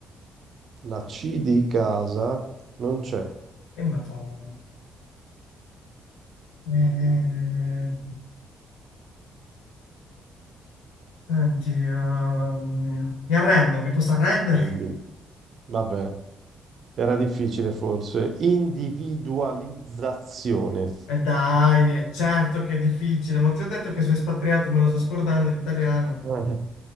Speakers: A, on the right; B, on the left.
A: La C di casa non c'è.
B: E madonna. Eh, senti, ehm, mi arrendo, mi posso arrendere?
A: Poi,
B: <laughs>
A: Vabbè, era difficile forse. Individualizzazione.
B: E dai, è certo che è difficile, ma ti ho detto che sono espatriato e me lo sto scordando l'italiano.
A: Eh.